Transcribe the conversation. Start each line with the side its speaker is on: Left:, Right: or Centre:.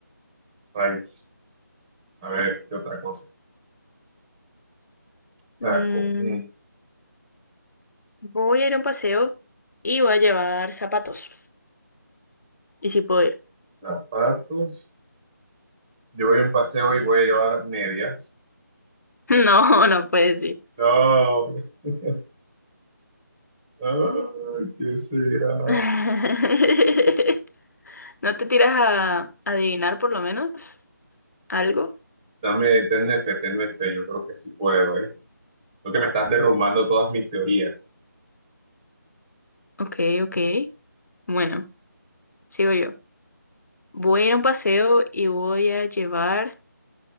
Centre: rayos. A ver, ¿qué otra cosa? Saco.
Left: Mm,
Centre: mm,
Left: voy a ir a un paseo y voy a llevar zapatos. Y si puedo ir. <laughs>
Centre: Zapatos. Yo voy a un paseo y voy a llevar medias.
Left: No, no puedes ir.
Centre: No. <laughs> Ay, ¿qué será?
Left: <laughs> ¿No te tiras a adivinar por lo menos? ¿Algo?
Centre: Dame, tenme fe, tenme fe. Yo creo que sí puedo, ¿eh? Lo que me estás derrumbando todas mis teorías.
Left: Ok, ok. Bueno, sigo yo. Voy a ir a un paseo y voy a llevar